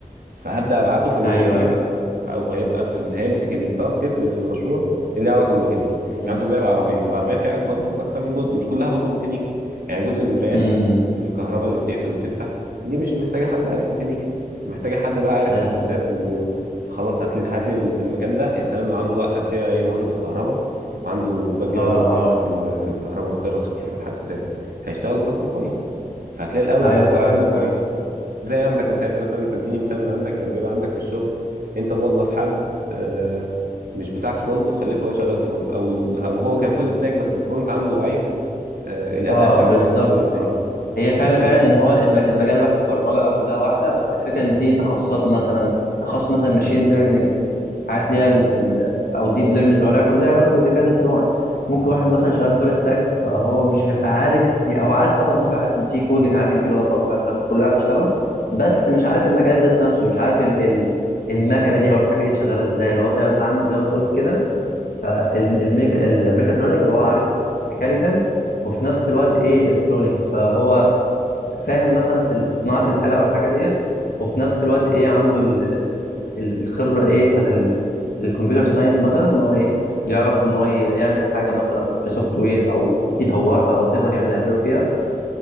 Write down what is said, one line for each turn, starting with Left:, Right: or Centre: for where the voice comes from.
Right: فهبدأ أبعته في المشاريع
Left: ايوه ايوه
Right: أو هيبقى في ال... هيمسك التاسكس اللي في المشروع اللي ليها علاقة بالميكانيكا
Left: مم.
Right: يعني مثلا زي العربية العربية فيها أكبر من أكتر من جزء مش كلها برضو ميكانيكا يعني جزء من المرايات
Left: مم. مم.
Right: الكهرباء اللي بتقفل وتفتح دي مش محتاجة حد عارف ميكانيكا محتاجة حد بقى عارف
Left: ايوه
Right: حساسات
Left: ايوه
Right: و فخلاص هات لي هات لي في المكان ده يا سلام لو عنده بقى خلفية إيه مهندس كهرباء وعنده باك
Left: اه
Right: جراوند كويسة
Left: اه
Right: في ال... في الكهرباء والتيار الخفيف والحساسات هيشتغل التاسك كويس فهتلاقي الاوتبوت
Left: ايوه فعلا
Right: طالع عندك كويس
Left: فعلا
Right: زي عندك مثال يعني مثلا تديني مثال من عندك لما يبقى عندك في الشغل انت موظف حد آه، مش بتاع فرونت وخليته هو شغال فرونت او ال- او هو كان فول ستاك بس الفرونت عنده ضعيف آه، الاداء
Left: اه
Right: بتاعه
Left: بالظبط
Right: هيبقى عامل ازاي
Left: اه هي فعلا فعلا
Right: انت
Left: ان هو الم- المجال واحد برمجه آه، كلها واحده بس الفكره ان في تخصصات مثلا تخصص مثلا ماشين ليرنينج حاجات ليها ال- ال- او ديب ليرنينج اللي هو ليها ليها علاقه بالذكاء الاصطناعي ممكن واحد
Right: اه
Left: مثلا شغال فول ستاك فهو مش هيبقى عارف يعني هو عارف اه برمجه عارف ان في كودنج عارف ان في لغه برمجه الكلام ده كله عارف يشتغله بس مش عارف المجال ذات نفسه مش عارف ال ال المكنه دي او الحاجه دي شغاله ازاي اللي هو زي ما انت عن- زي ما انت قلت كده فالميكاترونيك هو عارف ميكانيكال وفي نفس الوقت ايه الكترونكس فهو فاهم مثلا في صناعه الاله والحاجه ديت وفي نفس الوقت ايه عنده ال- ال- الخبره ايه بتاع الكمبيوتر ساينس مثلا ان هو ايه يعرف ان هو ي- يعمل حاجه مثلا كسوفت وير او يطورها وات ايفر يعني اللي هيعمله فيها